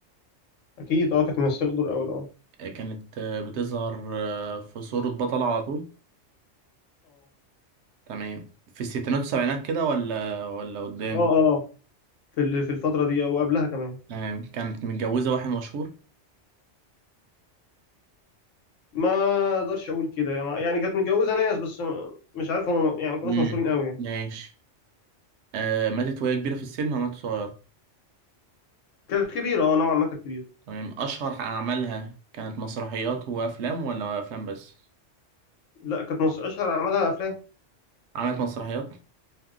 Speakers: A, on the left; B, on the right.
A: اكيد اه كانت ممثله دور اول اه
B: آه كانت آه بتظهر آه في صورة بطلة على طول تمام في الستينات والسبعينات كده ولا ولا قدام
A: اه اه اه في ال- في الفتره دي او قبلها كمان
B: تمام كانت متجوزة واحد مشهور
A: ما اقدرش اقول كده يعني يعني كانت متجوزه ناس بس مش عارف هم يعني ما كانوش
B: امم
A: مشهورين قوي يعني
B: ماشي آه ماتت وهي كبيرة في السن وماتت صغيرة
A: كانت كبيره اه نوعا ما كانت كبيره
B: تمام أشهر أعمالها كانت مسرحيات وأفلام ولا أفلام بس
A: لا كانت مص... اشهر اعمالها افلام
B: عملت مسرحيات